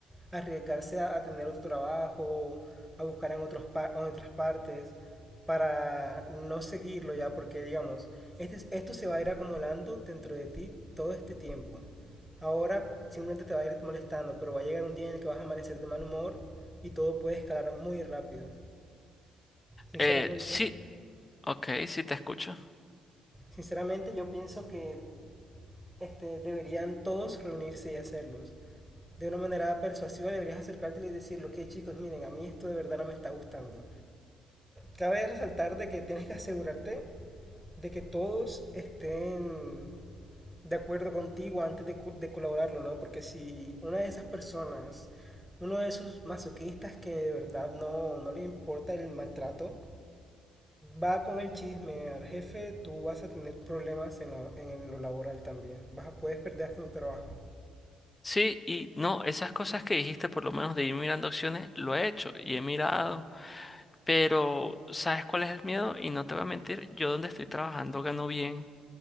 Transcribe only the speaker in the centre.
arriesgarse a, a tener otro trabajo, a buscar en otros pa- en otras partes para no seguirlo ya, porque digamos, este, esto se va a ir acumulando dentro de ti todo este tiempo. Ahora simplemente te va a ir molestando, pero va a llegar un día en el que vas a amanecer de mal humor y todo puede escalar muy rápido. Sinceramente,
sinceramente yo pienso que este, deberían todos reunirse y hacerlos. De una manera persuasiva deberías acercártelo y decirlo, que chicos, miren, a mí esto de verdad no me está gustando. Cabe resaltar de que tienes que asegurarte de que todos estén de acuerdo contigo antes de, co- de colaborarlo, ¿no? Porque si una de esas personas, uno de esos masoquistas que de verdad no, no le importa el maltrato, va con el chisme al jefe, tú vas a tener problemas en, la- en lo laboral también. Vas a, puedes perder hasta tu trabajo.